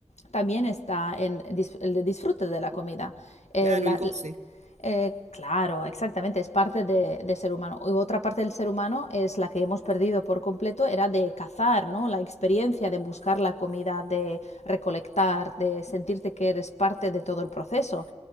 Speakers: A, on the left; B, on the right.
A: también está en dis- el disfrute de la comida. El-
B: Claro,
A: la-
B: el goce.
A: l- eh, claro, exactamente, es parte de, de ser humano. Y otra parte del ser humano es la que hemos perdido por completo, era de cazar, ¿no? La experiencia de buscar la comida, de recolectar, de sentirte que eres parte de todo el proceso.